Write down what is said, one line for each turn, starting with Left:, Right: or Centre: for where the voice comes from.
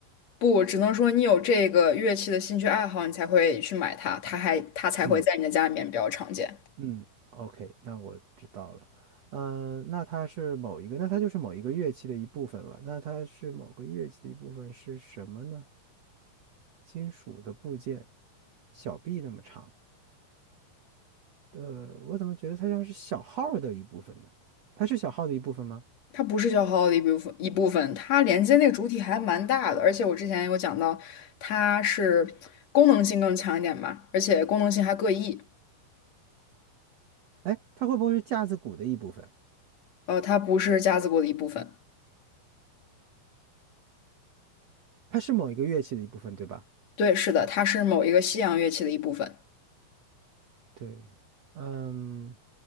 Left: 不，只能说你有这个乐器的兴趣爱好，你才会去买它，它还它才会在你的家里面比较常见。
Right: 嗯。嗯，OK，那我知道了。嗯、那它是某一个，那它就是某一个乐器的一部分了。那它是某个乐器的一部分是什么呢？金属的部件，小臂那么长。呃，我怎么觉得它像是小号儿的一部分呢？它是小号的一部分吗？
Left: 它不是消耗的一部分一部分，它连接那个主体还蛮大的，而且我之前有讲到，它是功能性更强一点嘛，而且功能性还各异，
Right: 哎，它会不会是架子鼓的一部分？
Left: 呃，它不是架子鼓的一部分。
Right: 它是某一个乐器的一部分，对吧？
Left: 对，是的，它是某一个西洋乐器的一部分，
Right: 对，嗯，